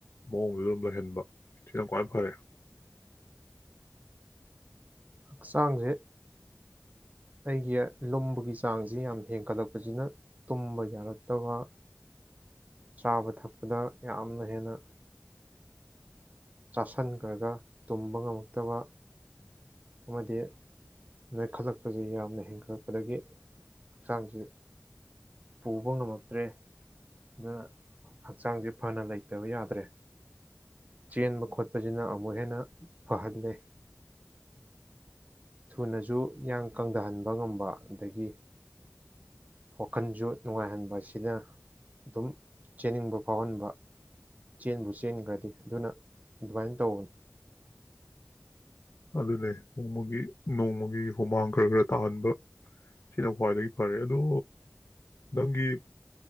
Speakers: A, on the left; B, on the right.
A: ꯃꯑꯣꯡꯗꯨꯗ ꯑꯗꯨꯝ ꯂꯩꯍꯟꯕ ꯁꯤꯅ ꯈꯋ꯭ꯥꯏ ꯐꯔꯦ
B: ꯍꯛꯆꯥꯡꯁꯦ ꯑꯩꯒꯤ ꯂꯨꯝꯕꯒꯤ ꯆꯥꯡꯁꯤ ꯌꯥꯝ ꯍꯦꯟꯒꯠꯂꯛꯄꯁꯤꯅ ꯇꯨꯝꯕ ꯌꯥꯔꯛꯇꯕ ꯆꯥꯕ ꯊꯛꯄꯗ ꯌꯥꯝꯅ ꯍꯦꯟꯅ ꯆꯥꯁꯟꯈ꯭ꯔꯒ ꯇꯨꯝꯕ ꯉꯝꯃꯛꯇꯕ ꯑꯃꯗꯤ ꯅꯣꯏꯈꯠꯂꯛꯄꯁꯦ ꯌꯥꯝꯅ ꯍꯦꯟꯒꯠꯂꯛꯄꯗꯒꯤ ꯍꯛꯆꯥꯡꯁꯤ ꯄꯨꯕ ꯉꯝꯃꯛꯇ꯭ꯔꯦ ꯑꯗꯨꯅ ꯍꯛꯆꯥꯡꯁꯦ ꯐꯅ ꯂꯩꯇꯕ ꯌꯥꯗ꯭ꯔꯦ ꯆꯦꯟꯕ ꯈꯣꯠꯄꯁꯤꯅ ꯑꯃꯨꯛ ꯍꯦꯟꯅ ꯐꯍꯜꯂꯦ ꯊꯨꯅꯁꯨ ꯏꯌꯥꯡ ꯀꯪꯊꯍꯟꯕ ꯉꯝꯕ ꯑꯗꯒꯤ ꯋꯥꯈꯜꯁꯨ ꯅꯨꯡꯉꯥꯏꯍꯟꯕ ꯁꯤꯅ ꯑꯗꯨꯝ ꯆꯦꯟꯅꯤꯡꯕ ꯐꯥꯎꯍꯟꯕ ꯆꯦꯟꯕꯨ ꯆꯦꯟꯈ꯭ꯔꯗꯤ ꯑꯗꯨꯅ ꯑꯗꯨꯃꯥꯏꯅ ꯇꯧꯕꯅꯤ
A: ꯑꯗꯨꯅꯦ ꯅꯣꯡꯃꯒꯤ ꯅꯣꯡꯃꯒꯤ ꯍꯨꯃꯥꯡ ꯈꯔ ꯈꯔ ꯇꯥꯍꯟꯕ ꯁꯤꯅ ꯈ꯭ꯋꯥꯏꯗꯒꯤ ꯐꯔꯦ ꯑꯗꯣ ꯅꯪꯒꯤ